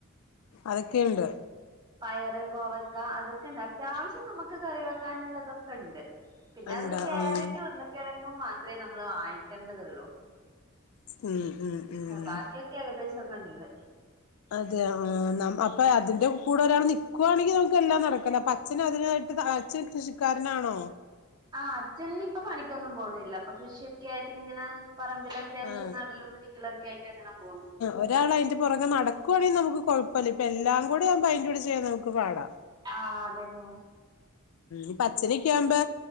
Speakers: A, on the left; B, on the right.
A: അതക്കെണ്ട്
B: പയറ് കോവക്ക അതൊക്കെണ്ട് അത്യാവിശ്യം നമുക്ക് കറി വെക്കാനുള്ളതൊക്കെ ണ്ട് പിന്നെ
A: ഉണ്ടാ
B: അതില് ക്യാരറ്റ്
A: ആഹ്
B: വന്ന് കിഴങ്ങും മാത്ര നമ്മള് വാങ്ങിക്കേണ്ടതള്ളൂ
A: ഉം ഉം ഉം
B: ബാക്കിയൊക്കെ ക്കെ ഏകദേശംക്കെ ണ്ട്
A: അതെ ആ അപ്പൊ അതിന്റെ കൂടെ ഒരാൾ നൽക്കുവാണെങ്കിൽ നമുക്ക് എല്ലാം നടക്കല്ലോ അപ്പൊ അച്ഛന് അതിനായിട്ട് അച്ഛൻ കൃഷിക്കാരനാണോ
B: ആഹ് അച്ഛനി ഇപ്പൊ പണിക്കൊന്നും പോന്നില്ല അപ്പൊ കൃഷിയൊക്കെ ആയിട്ട് ഇങ്ങനെ പറമ്പില അത്യാവശ്യം
A: ആഹ്
B: നടലും പിടിക്കലും ഒക്കൊയിട്ട് അങ്ങനെ പോകുന്നു
A: ഒരാൾ അതിന്റെ പുറകെ നടക്കുണെങ്കി നമുക്ക് കുഴപ്പമില്ല ഇപ്പ എല്ലാം കൂടെ വുമ്പം അയിന്റെ ടെ ചെയ്യാ നമുക്ക് പാടാ
B: ആഹ് അതെ ന്നു
A: ഉം അച്ഛനൊക്കെആവുമ്പോ